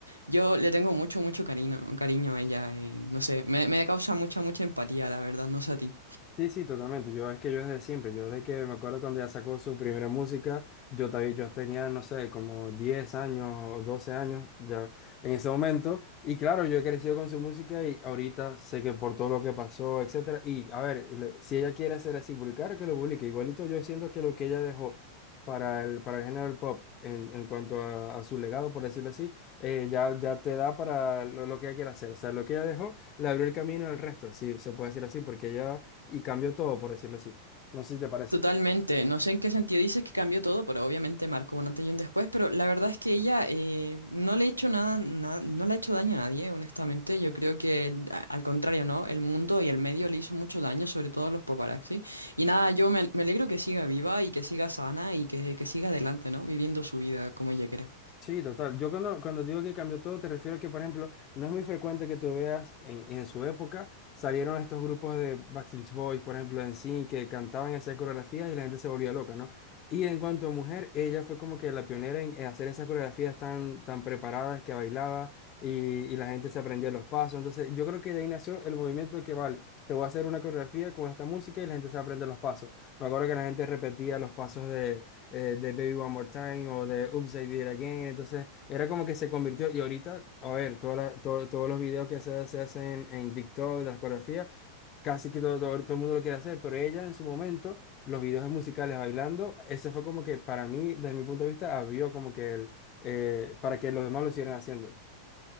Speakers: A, on the right (about 85°); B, on the left (about 35°).
A: yo le tengo mucho, mucho cariño, cariño a ella. eh, no sé, me, me causa mucha, mucha empatía, la verdad. No sé a ti.
B: Sí, sí, totalmente. Yo es que yo desde siempre, yo desde que me acuerdo cuando ella sacó su primera música, yo, ta- yo tenía, no sé, como 10 años o 12 años ya en ese momento. Y claro, yo he crecido con su música y ahorita sé que por todo lo que pasó, etcétera. Y a ver, le- si ella quiere ser así, publicar, que lo publique. Igualito yo siento que lo que ella dejó para el, para el género del pop en, en cuanto a, a su legado, por decirlo así, eh, ya, ya te da para lo, lo que ella quiere hacer. O sea, lo que ella dejó le abrió el camino al resto, si se puede decir así, porque ella y cambió todo, por decirlo así. No sé si te parece.
A: Totalmente, no sé en qué sentido dices que cambió todo, pero obviamente marcó un antes y un después, pero la verdad es que ella eh, no le ha hecho nada, na- no le ha hecho daño a nadie, honestamente, yo creo que a- al contrario, ¿no? El mundo y el medio le hizo mucho daño, sobre todo a los paparazzi, y nada, yo me, me alegro que siga viva y que siga sana y que, que siga adelante, ¿no? Viviendo su vida como ella quiera.
B: Sí, total. Yo cuando, cuando digo que cambió todo, te refiero a que, por ejemplo, no es muy frecuente que tú veas en, en su época salieron estos grupos de Backstreet Boys, por ejemplo, en NSYNC, que cantaban esas coreografías y la gente se volvía loca, ¿no? Y en cuanto a mujer, ella fue como que la pionera en en hacer esas coreografías tan, tan preparadas que bailaba y, y la gente se aprendía los pasos. Entonces, yo creo que de ahí nació el movimiento que, vale, te voy a hacer una coreografía con esta música y la gente se aprende los pasos. Me acuerdo que la gente repetía los pasos de, eh, de Baby One More Time o de Oops, I Did It Again. Entonces, era como que se convirtió. Y ahorita, a ver, toda la- to- todos los videos que se, se hacen en TikTok, las coreografías, casi que todo, todo, todo el mundo lo quiere hacer, pero ella en su momento, los videos musicales bailando, ese fue como que para mí, desde mi punto de vista, abrió como que el, eh, para que los demás lo siguieran haciendo.